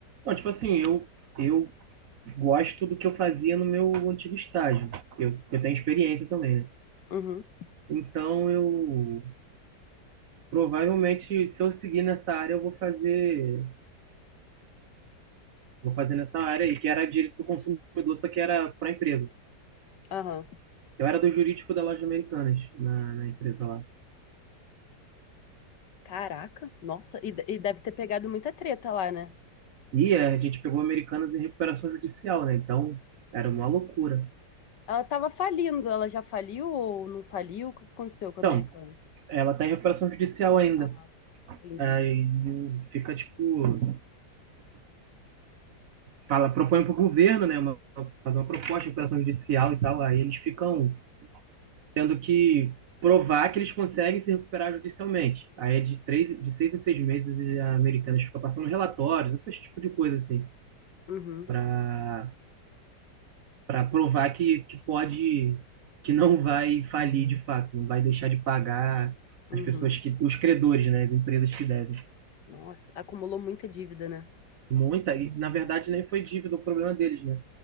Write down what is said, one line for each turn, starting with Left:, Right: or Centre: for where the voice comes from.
Right: Não, tipo assim, eu, eu gosto do que eu fazia no meu antigo estágio. Eu, eu tenho experiência também, né?
Left: Uhum,
Right: Então eu provavelmente, se eu seguir nessa área, eu vou fazer, vou fazer nessa área aí, que era direito do consumidor, só que era para empresa.
Left: aham.
Right: Eu era do jurídico da loja Americanas, na, na empresa lá.
Left: Caraca, nossa, e, de- e deve ter pegado muita treta lá, né?
Right: E é, a gente pegou Americanas em recuperação judicial, né? Então era uma loucura.
Left: Ela tava falindo, ela já faliu ou não faliu? O que aconteceu com
Right: Então,
Left: a Americanas?
Right: ela tá em recuperação judicial ainda.
Left: Aham, entendi.
Right: Aí eu- fica tipo fala, propõe para o governo, né, uma, fazer uma proposta de recuperação judicial e tal, aí eles ficam tendo que provar que eles conseguem se recuperar judicialmente. Aí é de três, de seis em seis meses a Americanas ficam passando relatórios, esse tipo de coisa assim,
Left: Uhum,
Right: para para provar que, que pode que não vai falir de fato, não vai deixar de pagar
Left: uhum.
Right: as pessoas que os credores, né, as empresas que devem.
Left: Nossa, acumulou muita dívida, né?
Right: Muita e na verdade
Left: Cara,
Right: nem foi dívida o problema deles, né?